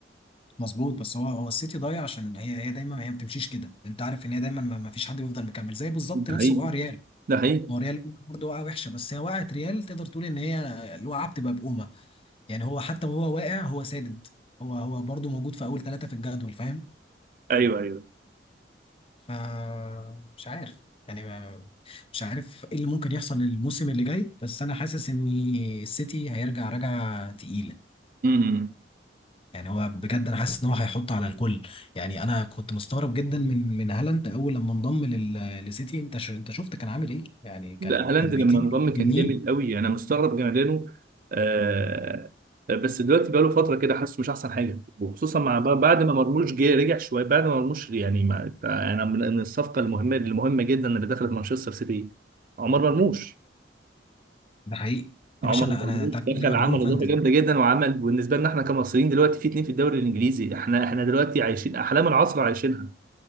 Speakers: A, on the left (about 30°); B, on the right (about 45°).
A: مظبوط بس هو هو السيتي ضايع عشان هي هي دايما هي ما بتمشيش كده انت عارف ان هي دايما ما ما فيش حد بيفضل مكمل زي بالظبط
B: ده
A: نفسه
B: حقيقي
A: وقع ريال
B: ده حقيقي
A: ما هو ريال برضه وقعه وحشه بس هي وقعت ريال تقدر تقول ان هي الوقعه بتبقى بقومه يعني هو حتى وهو واقع هو سادد هو هو برضه موجود في اول ثلاثه في الجدول فاهم
B: ايوه ايوه
A: ف مش عارف يعني ما- مش عارف ايه اللي ممكن يحصل الموسم اللي جاي بس انا حاسس ان السيتي هيرجع رجعه تقيله
B: امم
A: يعني هو بجد انا حاسس ان هو هيحط على الكل يعني انا كنت مستغرب جدا من من هالاند اول لما انضم لل- للسيتي انت ش... انت شفت كان عامل ايه يعني كان
B: لا
A: كان
B: هالاند
A: بيطير
B: لما انضم كان
A: منين
B: جامد قوي انا مستغرب جمدانه آه بس دلوقتي بقى له فتره كده حاسه مش احسن حاجه وخصوصا مع بع- بعد ما مرموش جه رجع شويه بعد ما مرموش يعني ما انا من من الصفقه المهمه المهمه جدا اللي دخلت مانشستر سيتي عمر مرموش
A: ده حقيقي
B: عمر
A: يا باشا انا
B: مرموش
A: انا انت عارف
B: دخل
A: ان انا مجنون
B: عمل
A: فانتزي
B: اضافه جامده جدا وعمل بالنسبه لنا احنا كمصريين دلوقتي في اتنين في الدوري الانجليزي احنا احنا دلوقتي عايشين احلام العصر عايشينها